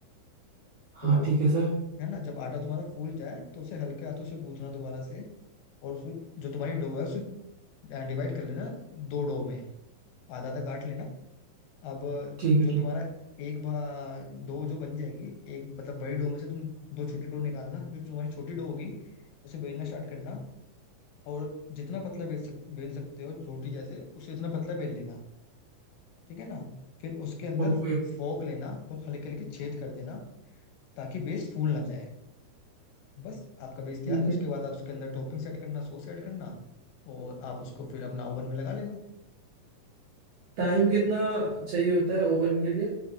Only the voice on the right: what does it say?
हाँ ठीक है सर
ठीक
है ठीक
ओके
ठीक
है
टाइम कितना चाहिए होता है ओवन के लिए